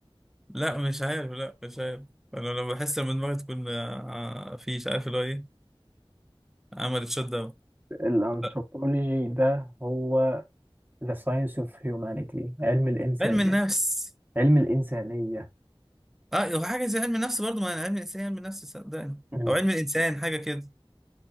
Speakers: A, in the centre; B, on the right.
A: لا مش عارف لا مش عارف انا لما بحس لما دماغي تكون آه، آه، في مش عارف اللي هو ايه عملت شوت داون
B: الانثروبولوجي
A: لا
B: ده هو the science of humanity علم الانسانيه
A: علم النفس
B: علم الانسانيه
A: اه هو حاجه زي علم النفس برضو ما انا علم الانسان علم النفس صدقني
B: مم.
A: او علم الانسان حاجه كده